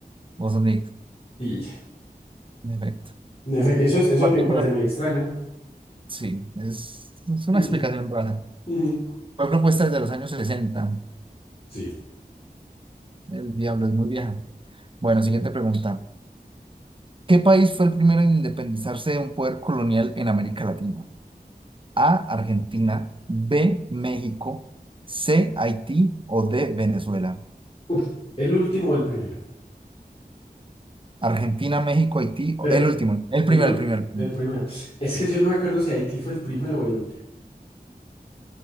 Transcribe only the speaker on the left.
Y
en efecto, eso es, eso
a mí me parece muy extraño, ¿no?
<laughs>
Ujú.
Sí.
Uf, ¿el último o el primero?
Pero
eh,
el,
u-
el primero. Es que yo no me acuerdo si Haití fue el primero o el último.